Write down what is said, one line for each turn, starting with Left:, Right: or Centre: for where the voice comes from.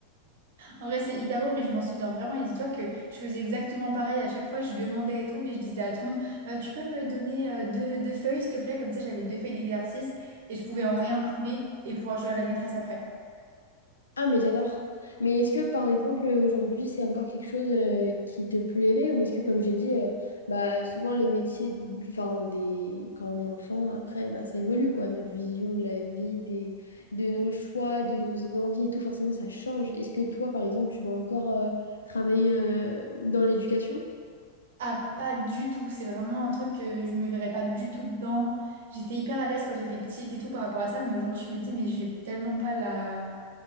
Right: En vrai, c'est hyper drôle, mais je m'en souviens vraiment. Et dis-toi que je faisais exactement pareil à chaque fois. Je demandais et tout, mais je disais à tout le monde, Euh, tu peux me donner euh, deux, deux feuilles, s'il te plaît? Comme ça, j'avais deux feuilles d'exercice et je pouvais en réimprimer et pouvoir jouer à la maîtresse après.
Left: Ah, mais j'adore. Mais est-ce que, par exemple, aujourd'hui, c'est encore quelque chose euh, qui te plairait ou est-ce que, comme j'ai dit, euh, bah, souvent les métiers, enfin, des... quand on est enfant, après, bah, ça évolue, quoi. Notre vision de la vie, des... de nos choix, de nos envies et tout, forcément, ça change. Est-ce que toi, par exemple, tu vas encore euh, travailler euh, dans l'éducation?
Right: Ah, pas du tout. C'est vraiment un truc que je me verrais pas du tout dedans. J'étais hyper à l'aise quand j'étais petite et tout par rapport à ça, mais aujourd'hui, je me dis, mais j'ai tellement pas la...